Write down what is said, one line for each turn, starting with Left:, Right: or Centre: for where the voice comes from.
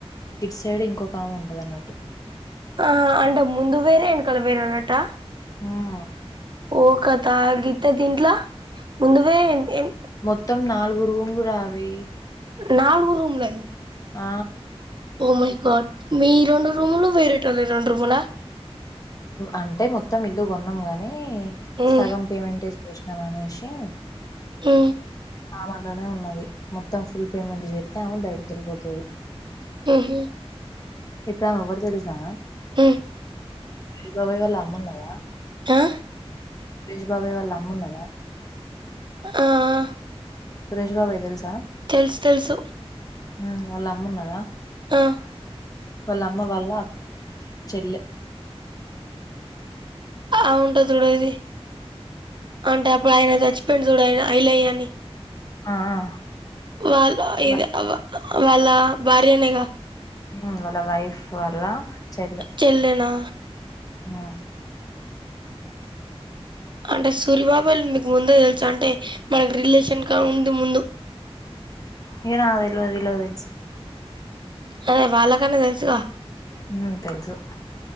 Left: ఇట్ సైడ్ ఇంకోకామె ఉంటది అన్నట్టు
Right: ఆహా అంటే ముందు వేరే ఎనకాల వేరే ఉన్నట్టా
Left: హూ
Right: ఓ కథ గింత దీంట్లా ముందుదే ఎన్ ఎన్
Left: మొత్తం నాలుగు రూమ్లురా అవి
Right: నాలుగు రూమ్లా అయ్యి
Left: ఆ
Right: ఓ మై గాడ్ మీ రెండు రూములు వేరేటోల్లయి రెండు రూములా
Left: అంటే మొత్తం ఇల్లు కొన్నాం గాని
Right: ఉమ్
Left: సగం పేమెంటె చేసినాం అనేశి
Right: హు
Left: ఆమె అన్లానే ఉన్నది మొత్తం ఫుల్ పేమెంట్ చేత్తె ఆమె బయటికెళ్ళిపోతది
Right: ఉహు
Left: ఇప్పుడు ఆమె ఎవరు తెలుసా
Right: ఉమ్
Left: <unintelligible> బబాయి వాళ్ళ అమ్మ ఉన్నదా
Right: ఆ
Left: సురేష్ బాబాయ్ వాళ్ళ అమ్మ ఉన్నదా
Right: ఆఆ
Left: సురేష్ బాబాయ్ తెల్సా
Right: తెలుస్ తెలుసు
Left: ఆ వాళ్ళమ్మ ఉన్నదా
Right: ఆ
Left: వాళ్ళ అమ్మ వాళ్ళ అక్ చెల్లె
Right: ఆ ఉంటది చూడ్ అది అంటే అప్పుడు ఆయన చచ్చిపోయుండు చూడు ఆయన ఐలయ్య అని
Left: ఆ ఆ
Right: వాళ్ళ ఇది
Left: వాళ్ళ
Right: అవ్వ ఆ వాళ్ళ భార్యనేగా
Left: ఊ వాళ్ళ వైఫ్ వాళ్ళ చెల్లె
Right: చెల్లెనా
Left: ఊ
Right: అంటే సూరిబాబాయోల్ మీకు ముందే తెలుసా అంటే మనకి రిలేషన్ క ఉందు ముందు
Left: హే నాగ్ తెల్వదు వీళ్ళక్ తెలుసు
Right: అదే వాళ్ళకన్నా తెలుసుగా
Left: ఉ తెలుసు